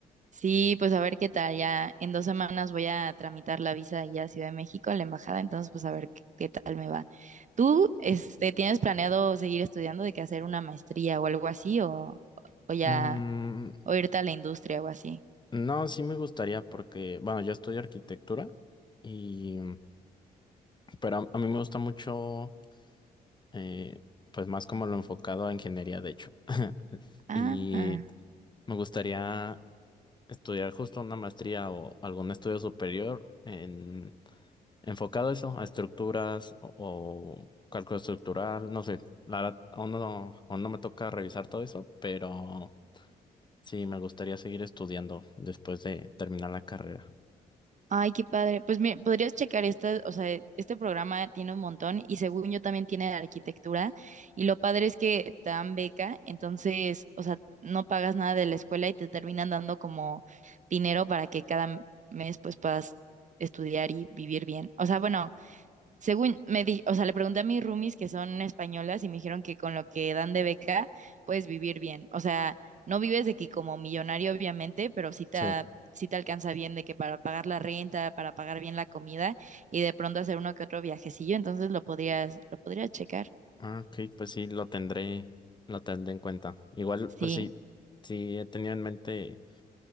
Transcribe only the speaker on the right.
Sí, pues a ver qué tal. Ya en dos semanas voy a tramitar la visa allá a Ciudad de México, a la embajada, entonces pues a ver qué, qué tal me va. ¿Tú, este, tienes planeado seguir estudiando de que hacer una maestría o algo así o, o ya
o irte a la industria o así?
Ah.
Ay, qué padre. Pues mira, podrías checar esta, o sea, este programa tiene un montón y según yo también tiene de arquitectura y lo padre es que te dan beca, entonces, o sea, no pagas nada de la escuela y te terminan dando como dinero para que cada m- mes pues puedas estudiar y vivir bien. O sea, bueno, según me di, o sea, le pregunté a mis roomies que son españolas y me dijeron que con lo que dan de beca puedes vivir bien. O sea, no vives de que como millonario, obviamente, pero sí te,
sí te alcanza bien de que para pagar la renta, para pagar bien la comida y de pronto hacer uno que otro viajecillo, entonces lo podrías, lo podrías checar.
Sí.